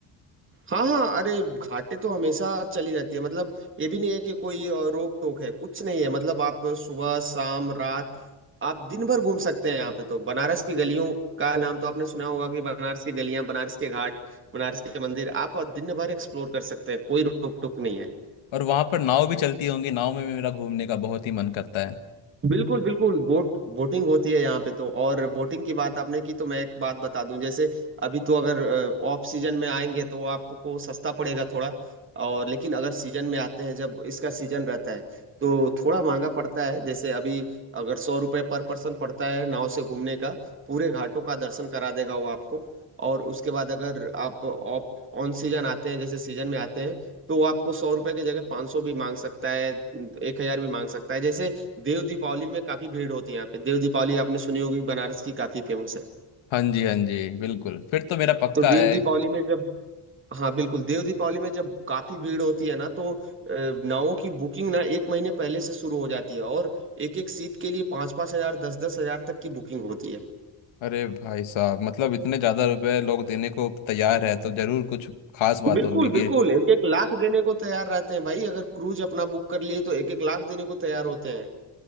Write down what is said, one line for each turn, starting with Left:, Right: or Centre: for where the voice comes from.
Right: हाँ हाँ अरे घाटे तो हमेशा चली रहती है मतलब ये भी नहीं है कि कोई अ, रोक टोक है कुछ नहीं है मतलब आप सुबह शाम रात आप दिन भर घूम सकते हैं यहाँ पे तो बनारस की गलियों का नाम तो आपने सुना होगा कि बनारस की गलियां बनारस के घाट बनारस के मंदिर आप दिन भर एक्सप्लोर कर सकते हैं कोई रोक टोक नहीं है
Left: और वहां पर नाव भी चलती होंगी नाव में भी मेरा घूमने का बहुत ही मन करता है
Right: बिल्कुल बिल्कुल बोट बोटिंग होती है यहाँ पे तो और बोटिंग की बात आपने की तो मैं एक बात बता दूं जैसे अभी तो अगर ऑफ सीजन में आएंगे तो आपको सस्ता पड़ेगा थोड़ा और लेकिन अगर सीजन में आते हैं जब इसका सीजन रहता है तो थोड़ा महंगा पड़ता है जैसे अभी अगर सौ रुपये पर पर्सन पड़ता है नाव से घूमने का पूरे घाटों का दर्शन करा देगा वो आपको और उसके बाद अगर आप ऑफ ऑन सीजन आते हैं जैसे सीजन में आते हैं तो वो आपको सौ रुपये की जगह पाँच सौ भी मांग सकता है एक हजार भी मांग सकता है जैसे देव दीपावली में काफी भीड़ होती है यहाँ पे देव दीपावली आपने सुनी होगी बनारस की काफी फेमस है
Left: हाँ जी हाँ जी बिल्कुल फिर तो मेरा पक्का
Right: तो देव
Left: है
Right: दीपावली में जब हाँ बिल्कुल देव दीपावली में जब काफी भीड़ होती है ना तो अ, नावों की बुकिंग ना एक महीने पहले से शुरू हो जाती है और एक एक सीट के लिए पाँच पाँच हजार दस दस हजार तक की बुकिंग होती है
Left: अरे भाई साहब मतलब इतने ज्यादा रुपए लोग देने को तैयार है तो जरूर कुछ खास बात
Right: बिल्कुल
Left: होगी
Right: बिल्कुल
Left: कि
Right: एक एक लाख देने को तैयार रहते हैं भाई अगर क्रूज अपना बुक कर लिए तो एक एक लाख देने को तैयार होते हैं